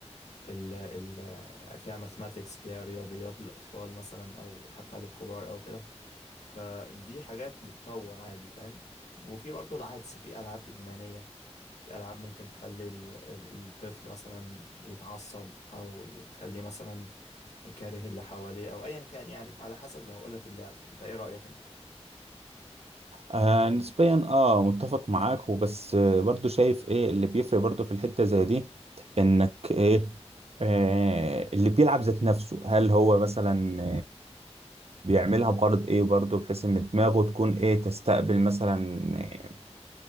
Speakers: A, on the left (about 80°); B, on the right (about 65°).
A: ال ال فيها ماثماتيكس فيها رياضيات للأطفال مثلا أو حتى للكبار أو كده فدي حاجات بتطور عادي فاهم وفي برضه العكس في ألعاب إدمانية في ألعاب ممكن تخلي ال- ال- الطفل مثلا يتعصب أو تخليه مثلا كاره اللي حواليه أو أيا كان يعني فعلى حسب زي ما بقولك اللعبة أنت إيه رأيك أنت؟
B: آه نسبيا اه متفق معاك وبس آه، برضو شايف ايه اللي بيفرق برضو في الحتة زي دي انك ايه آه اللي بيلعب ذات نفسه هل هو مثلا بيعملها بغرض ايه برضه بحيث ان دماغه تكون ايه تستقبل مثلا إيه،